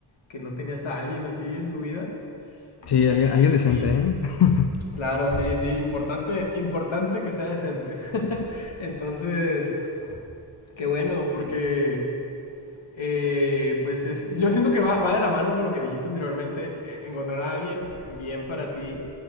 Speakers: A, on the left; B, on the left.
A: que no tenías a alguien así en tu vida.
B: Sí,
A: Y,
B: alguien, alguien decente,
A: y
B: ¿eh? <laughs>
A: claro, sí, sí, importante, importante que sea decente. <laughs> Entonces, qué bueno, porque eh, pues es- yo siento que va, va de la mano con lo que dijiste anteriormente. Eh, encontrar a alguien bien para ti